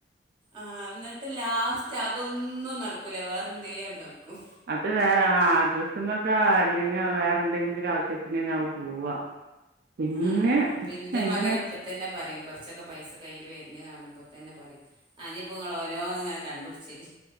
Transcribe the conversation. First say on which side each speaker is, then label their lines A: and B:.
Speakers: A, on the right; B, on the right.
A: ആഹന്നിട്ട് ലാസ്റ്റ് അതൊന്നും നടക്കൂല വേറെന്തലും നടക്കും
B: അത് വേ ആഹ് ഡ്രസ്സമ്മൊക്കെ അല്ലെങ്കി വേറെ എന്തെങ്കിലും ആവശ്യത്തിനാവും പോവാ പിന്നെ
A: ആഹ് അപ്പൊ
B: ഇപ്പങ്ങനെ
A: ഇന്റെ മകന് ഇപ്പ തന്നെ പറയും കുറച്ചൊക്കെ പൈസ കയ്യിൽ വരുണെ കാണുമ്പോ തന്നെ പറയും അനിപ്പോങ്ങൾ ഓരോന്ന ഇങ്ങനെ കണ്ടുട്ച്ചൽ